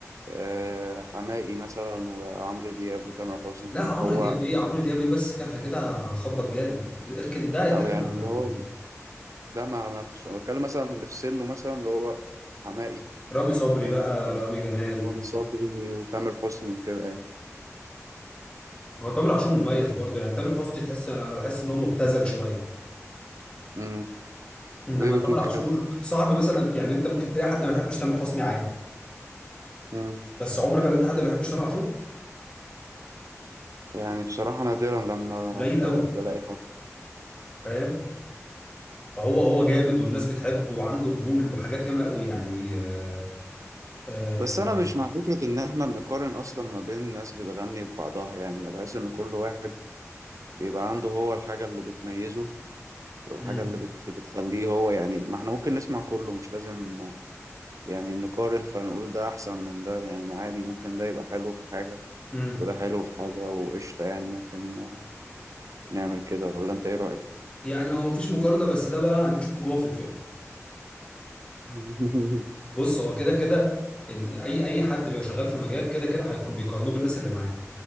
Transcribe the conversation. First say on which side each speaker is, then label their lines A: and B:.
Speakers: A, on the right; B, on the left.
A: آه، حماقي مثلا وعمرو دياب وتامر حسني
B: لا عمرو
A: هو
B: دياب ايه عمرو دياب ايه بس كده احنا كده هنخبط جامد اركن ده يتركن
A: او يعني
B: على
A: اللي
B: جنب
A: هو
B: ده
A: ده مع نفسه أنا بتكلم مثلا اللي في سنه مثلا اللي هو حماقي
B: رامي صبري
A: آه،
B: بقى رامي جمال
A: رامي صبري وتامر حسني وكده يعني.
B: هو تامر عاشور مميز برضه يعني تامر حسني تحس انا بحس ان هو مبتذل شويه
A: امم
B: انما
A: زي
B: تامر
A: بتقول
B: عاشور
A: كده
B: صعب مثلا يعني انت ممكن تلاقي حد ما بيحبش تامر حسني عادي
A: امم
B: بس عمرك قابلت حد ما بيحبش تامر عاشور
A: يعني بصراحة نادرا لما
B: قليل
A: ب-
B: قوي
A: بلاقي حد
B: فاهم فهو هو جامد والناس بتحبه وعنده قبول وحاجات ياما قوي يعني آه آه
A: بس أنا مش مع فكرة إن إحنا نقارن أصلا ما بين ناس بتغني ببعضها يعني بحس إن كل واحد بيبقى عنده هو الحاجة اللي بتميزه والحاجة
B: مم،
A: اللي بت... بتخليه هو يعني ما إحنا ممكن نسمع كله مش لازم يعني نقارن فنقول ده أحسن من ده يعني ما عادي ممكن ده يبقى حلو في حاجة
B: مم.
A: وده حلو في حاجة وقشطة يعني ممكن نعمل كده ولا أنت إيه رأيك؟
B: يعني هو مفيش مقارنه بس ده بقى هنشوفه جوه في الفيلم
A: <laughs>
B: بص هو كده كده ان اي اي حد بيبقى شغال في مجال كده كده هيك- بيقارنوه بالناس اللي معاه